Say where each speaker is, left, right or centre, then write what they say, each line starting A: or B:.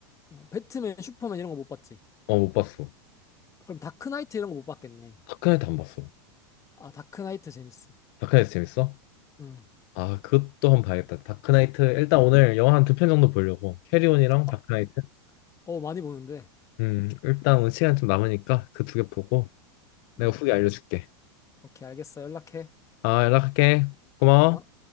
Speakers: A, on the left; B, on the left.
A: 어, 배트맨, 슈퍼맨 이런 거 못 봤지?
B: 어, 못 봤어.
A: 그럼 다크나이트 이런 거 못 봤겠네.
B: 다크나이트 안 봤어.
A: 아, 다크나이트 재밌어.
B: 다크나이트 재밌어?
A: 음.
B: 아, 그것도 한번 봐야겠다. 다크나이트. 일단 오늘 영화 한 두 편 정도 보려고. 캐리온이랑 다크나이트.
A: 어, 어, 많이 보는데.
B: 음, 일단 오늘 시간 좀 남으니까 그 두 개 보고 내가
A: 음.
B: 후기 알려줄게.
A: 오케이, 알겠어. 연락해.
B: 아, 연락할게. 고마워.
A: 어.